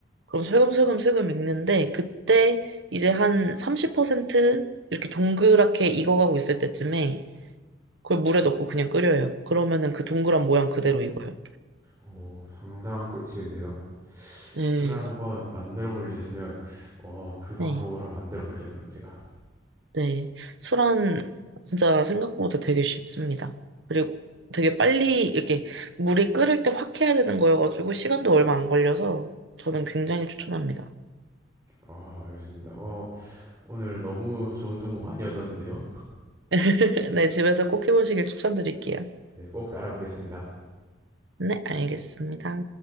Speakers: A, on the right; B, on the right.
A: 그럼 슬금슬금 슬금 익는데 그때 이제 한 30% 이렇게 동그랗게 익어가고 있을 때쯤에 그걸 물에 넣고 그냥 끓여요. 그러면은 그 동그란 모양 그대로 익어요.
B: 오, 상당한 꿀팁인데요.
A: 음,
B: 수란 한번 만들어 볼 일 있으면, 어, 그 방법을
A: 네.
B: 한번 만들어 볼게요, 그럼 제가.
A: 네. 수란 진짜 생각보다 되게 쉽습니다. 그리고 되게 빨리 이렇게 물이 끓을 때 확 해야 되는 거여가지고 시간도 얼마 안 걸려서 저는 굉장히 추천합니다.
B: 어, 알겠습니다. 어, 오늘 너무 좋은 정보 많이 얻었는데요.
A: <laughs> 네, 집에서 꼭 해보시길 추천드릴게요.
B: 네, 꼭 따라 보겠습니다.
A: 네, 알겠습니다.